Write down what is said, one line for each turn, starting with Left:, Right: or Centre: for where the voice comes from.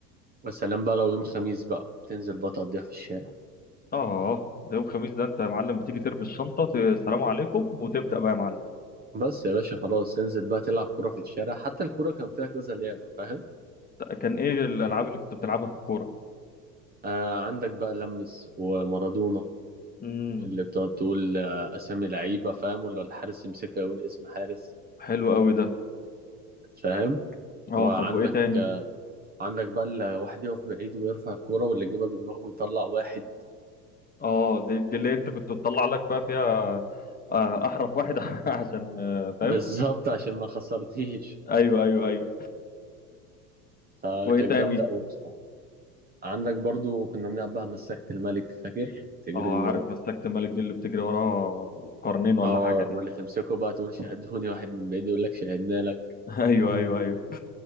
Right: والسلام بقى لو يوم خميس بقى تنزل بقى تقضيها في الشارع
Left: اه ده يوم خميس ده انت يا معلم بتيجي ترمي الشنطه ت- سلام عليكم وتبدا بقى يا معلم
Right: بس يا باشا خلاص تنزل بقى تلعب كرة في الشارع حتى الكرة كان فيها كذا لعبة فاهم
Left: كان ايه الالعاب اللي كنت بتلعبها في الكوره
Right: آه عندك بقى لمس ومارادونا
Left: امم
Right: اللي بتقعد تقول آه، اسامي لعيبه فاهم ولا الحارس يمسكها يقول اسم حارس
Left: حلو قوي ده
Right: فاهم
Left: اه
Right: وعندك
Left: طب وايه تاني
Right: آه، عندك بقى اللي واحد يقف بعيد ويرفع الكوره واللي يجيبها بدماغه يطلع واحد
Left: اه دي, دي اللي انت كنت بتطلع لك بقى فيها آه، احرف واحد <laughs> عشان آه،
Right: <laughs>
Left: فاهم
Right: بالظبط عشان ما خسرتيش
Left: ايوه ايوه ايوه
Right: <laughs> فكانت
Left: وايه تاني
Right: جامده قوي بصراحه عندك برضو كنا بنلعب بقى مسكت الملك فاكر تجري
Left: اه عارف
Right: و-
Left: مسكت الملك دي اللي بتجري وراها قرنين ولا
Right: اه
Left: حاجه دي
Right: واللي تمسكه بقى تقول شاهدوني واحد من بعيد يقول لك شاهدنا لك
Left: <laughs> ايوه ايوه ايوه